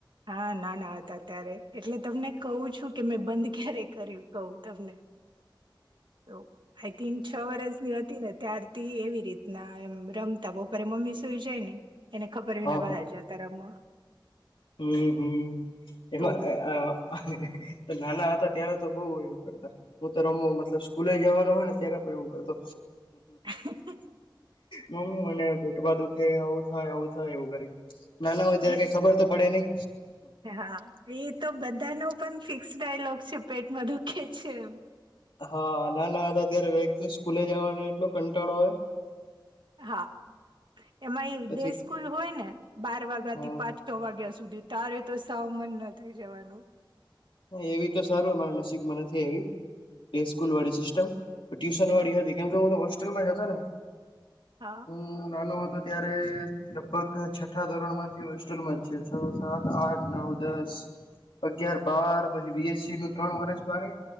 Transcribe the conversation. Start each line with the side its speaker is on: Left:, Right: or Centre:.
Right: હા, નાના હતા ત્યારે એટલે તમને કઉ છુ કે મેં બંધ ક્યારે કર્યું કઉ તમને. તો આઈ થિંક છ વરસની હતી ને ત્યારથી એવી રીતના એમ રમતા બપરે મમ્મી સૂઈ જાય ને એને ખબર વિના
Left: હા
Right: બહાર જાતા રમવા.
Left: હમ, હમ એમાં
Right: તો
Left: અ અ નાના હતા ત્યારે તો બઉ એવું કરતા. હું તો રમવુ મતલબ સ્કૂલે જવાનું હોય ને ત્યારે પણ એવું કરતો.
Right: <unintelligible>
Left: મમ્મી મને ભેટમાં દુખે આવું થાય આવું થાય એવું કરીન. નાના હોય ત્યારે
Right: એ
Left: કઈ ખબર તો પડે નઈ.
Right: હા, એ તો બધાનો પણ ફિક્સ ડાયલોગ છે પેટમાં દુખે છે એમ.
Left: હા નાના હતા ત્યારે વેક તો સ્કૂલે જવાનો એટલો કંટાળો આવે.
Right: હા, એમાં એ
Left: પછી
Right: ડે સ્કૂલ હોય ને બાર વાગ્યા
Left: હા
Right: થી પાંચ-છ વાગ્યા સુધી સુધી તારે તો સાવ મન ન થઈ જવાનું.
Left: હન, એવી તો સારું અમારા નસીબમાં નથી આઈવી. એ સ્કૂલવાળી સિસ્ટમ ટ્યુશનવાળી હતી કેમ કે હું તો હોસ્ટેલમાં રેતો ને.
Right: હા
Left: હુ નાનો હતો અત્યારે લગભગ છઠ્ઠા ધોરણ માંથી હોસ્ટેલમાં જ છે. છ, સાત, આઠ, નવ, દસ. અગિયાર, બાર પછી બીએસસીનું ત્રણ વર્ષ બારે.